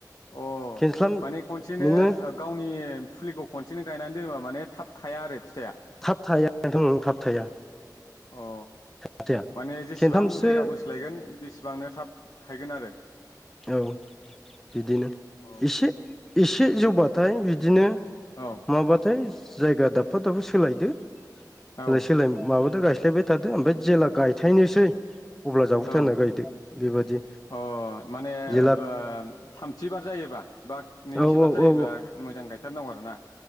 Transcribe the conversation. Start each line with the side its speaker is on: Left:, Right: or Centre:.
Left: अ
Centre: खेनस्लाम
Left: माने खनसेनो
Centre: नोङो
Left: गावनि फुलिखौ खनसे बिसिनो गाय दोनोबा माने थाब थाया आरो जाया
Centre: थाब थाया नोंथां थाब थाया
Left: अ
Centre: फाथैया
Left: माने जिसिबां
Centre: खेनथामसो
Left: जायगा बोसलायगोन बि थाब थायगोन आरो
Centre: औ बिदिनो
Left: अ
Centre: एसे एसे जौबाथाय बिदिनो
Left: औ
Centre: मबाथाय जायगा दाबफा दाबा सोलायदो
Left: औ
Centre: लाय सोलाय माबादोब्रा एसे गाय्लायबाय थादो ओमफ्राय जेला गायथायनोसै अब्ला जावफुथारना
Left: औ
Centre: गायदो बेबादि
Left: अ माने
Centre: जेला
Left: ओ थामथि बार ज एबा बा नैथिबार
Centre: औ
Left: जायोबब्ला
Centre: औ
Left: मोजां गायथारनांगौ आरो ना